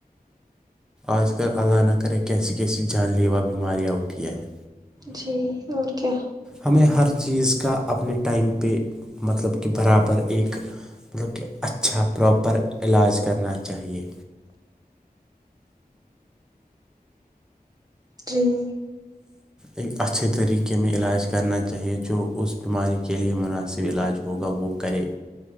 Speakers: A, in the centre; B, on the right.
A: آج کل اللہ نہ کرے کیسی کیسی جان لیوا بیماریاں اٹھیا ہیں
B: جی اور کیا
A: ہمیں ہر چیز کا اپنے ٹائم پہ مطلب کہ برابر ایک مطلب کہ اچھا پراپر علاج کرنا چاہیے
B: استری
A: ایک اچھے طریقے میں علاج کرنا چاہیے جو اس بیماری کے لیے مناسب علاج ہوگا وہ کرے